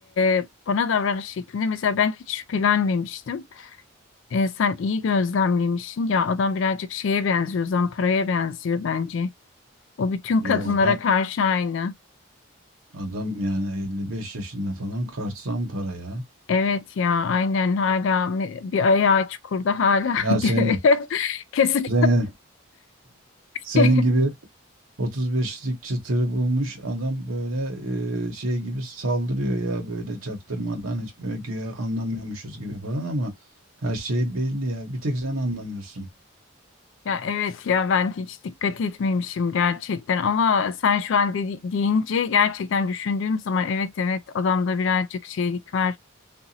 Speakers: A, on the left (about 65°); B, on the right (about 80°).
A: e, bana davranış şeklinde mesela ben hiç şüphelenmemiştim. E, sen iyi gözlemlemişsin. Ya adam birazcık şeye benziyor, Zampara'ya benziyor bence. O bütün
B: Ya
A: kadınlara
B: adam
A: karşı aynı.
B: adam yani 55 yaşında falan kart para ya.
A: Evet ya, aynen hala me- bir ayağı çukurda hala <laughs>
B: Ya
A: gö-
B: senin,
A: kesin.
B: senin, senin
A: <laughs>
B: gibi 35'lik çıtırı bulmuş adam böyle e, şey gibi saldırıyor ya böyle çaktırmadan hiç böyle güya anlamıyormuşuz gibi falan ama her şey belli ya. Bir tek sen anlamıyorsun.
A: Ya evet ya ben hiç dikkat etmemişim gerçekten ama sen şu an dedi- deyince gerçekten düşündüğüm zaman evet evet adamda birazcık şeylik var.